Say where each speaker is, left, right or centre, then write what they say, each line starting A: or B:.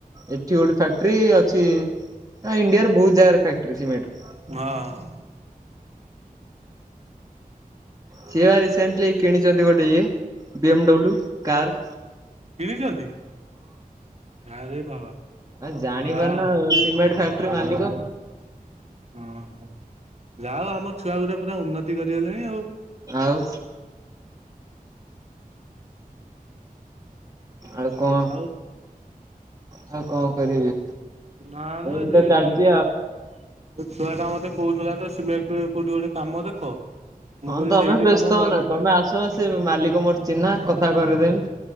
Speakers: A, on the right (about 25°); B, on the right (about 45°).
A: ଏଠି ଗୋଟେ ଫ୍ୟାକ୍ଟ୍ରି ଅଛି ଇଣ୍ଡିଆରେ ବହୁତ୍ ଜାଗାରେ ଫ୍ୟାକ୍ଟ୍ରି ସିମେଣ୍ଟ ର
B: ହଁ
A: ସିଏ ବା ରିସେଣ୍ଟ୍ଲି କିଣିଛନ୍ତି ଗୋଟେ ଇଏ ବି ଏମ୍ ଡବ୍ଲୁ କାର୍।
B: କିଣିଛନ୍ତି ଆରେ ବାବା।
A: ଆ ଜାଣିିପାରୁ
B: ଯାହା ହଉ
A: ନା ସିମେଣ୍ଟ ଫ୍ୟାଟ୍ରି ମାଲିକ।
B: ଓ ହୋ ଯାହଉ ଆମ ଛୁଆ ଗୁଡା ପୁରା ଉନ୍ନତି କରିଗଲେଣି ଆଉ
A: ଆଉ ଆଉ କଣ
B: ଆଉ
A: ଆଉ କଣ କରିବି।
B: ନା ନା
A: ଏମିତି
B: ସେ
A: ତ ଚାଲିଛି
B: ଆଉ ସେ ଛୁଆଟା ମତେ କହୁଉଥିଲା ତ ସିମେଣ୍ଟ କୋଉଠି ଗୋଟେ କାମ ଦେଖ। ମୁଁ
A: ହଁ
B: କହିଲି
A: ତମେ
B: ସେଇଠି
A: ବ୍ୟସ୍ତ
B: ତମ ଘରଟା।
A: ହ ନା ତମେ ଆସ ସେ ମାଲିକ ମୋର ଚିହ୍ନା କଥା କରେଇଦେବି।